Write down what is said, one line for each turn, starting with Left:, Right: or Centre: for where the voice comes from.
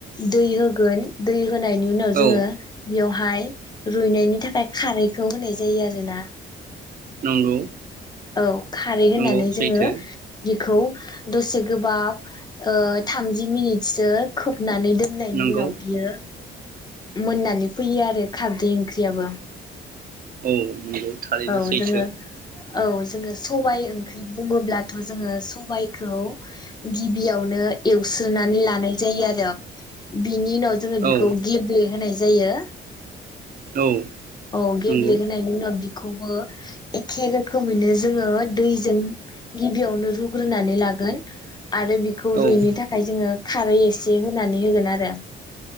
Left: दै होग होगोन दै होनायनि उनाव जोङो
Right: औ
Left: बेयाव बेहाय रुइनायनि थाखाय खारैखौ होनाय जायो आरो ना।
Right: नंगौ
Left: औ खारै होननानै
Right: नंगौ सैथो
Left: जोङो बि खौ दसे गोबाब ओ थामजि मिनिटसो खोब नानै दोननायनि
Right: नंगौ
Left: उनाव बियो मोननानै फैयो आरो खारदै ओंख्रियाबो।
Right: औ नंगौ थारैनो
Left: औ
Right: सैथो।
Left: जोङो औ जोङो सबाइ ओंख्रि बुङोब्लाथ' जोङो सबाइखौ गिबियावनो एवस्रोनानै लानाय जायो आरो बि बिनि उनाव जोङो बेखौ
Right: औ
Left: गेब्ले होनाय जायो।
Right: औ
Left: औ गेब्ले
Right: नंगौ
Left: होनायनि उनाव बि खौबो एखे रो रोखोमैनो जोङो दैजों गिबियावनो रुग्रोनानै लागोन। आरो बेखौ रुइनो
Right: औ
Left: थाखाय जोङो खारै एसे होनानै होगोन। आरो